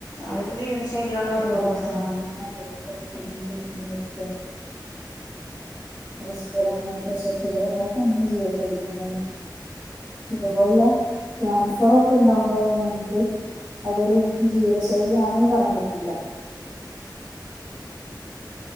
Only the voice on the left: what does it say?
അതൊക്കെ
ജീവിതശൈലി കൊണ്ട്
വരുന്ന
രോഗങ്ങളാണ്